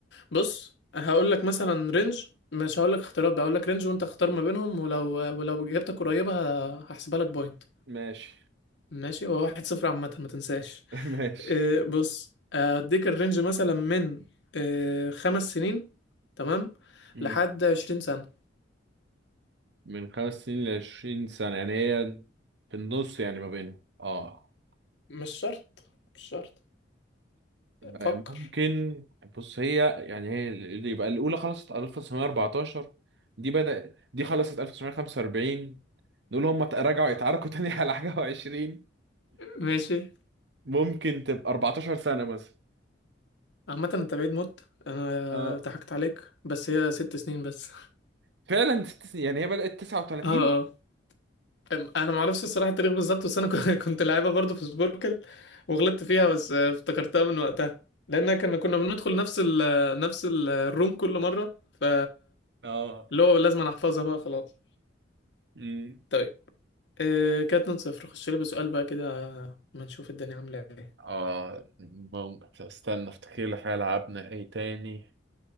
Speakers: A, on the left (about 70°); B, on the right (about 65°).
A: بص هقول لك مثلا رينج مش هقول لك اختيارات بقى هقول لك رينج وانت اختار ما بينهم ولو ولو اجابتك قريبه ه... هحسبها لك بوينت
B: ماشي
A: ماشي هو واحد صفر عامه ما تنساش
B: <laughs> ماشي
A: إيه بص اديك الرينج مثلا من إيه خمس سنين تمام
B: مم.
A: لحد عشرين سنه
B: من خمس سنين ل 20 سنه يعني هي في النص يعني ما بينهم اه
A: مش شرط مش شرط فكر
B: آه، ممكن بص هي يعني هي اللي يبقى الاولى خلصت 1914 دي بدأ دي خلصت 1945 دول هم ت- رجعوا يتعاركوا تاني <laughs> على حاجه و20
A: ماشي
B: ممكن تبقى 14 سنه مثلا
A: عامة انت بعيد موت انا
B: اه
A: ضحكت عليك بس هي ست سنين بس
B: فعلا ست سنين يعني هي بدأت 39
A: اه اه أم- انا معرفش الصراحة التاريخ بالظبط بس انا <laughs> ك- كنت لعيبة برضه في سبوركل وغلطت فيها بس آه، افتكرتها من وقتها لان كنا كنا بندخل نفس ال نفس ال- الروم كل مرة ف
B: اه
A: اللي هو لازم أنا احفظها بقى خلاص
B: امم
A: طيب آه، كده 2-0 خش لي بسؤال بقى كده ما نشوف الدنيا عاملة ايه
B: اه ممكن استنى افتكر لك حاجه لعبنا ايه تاني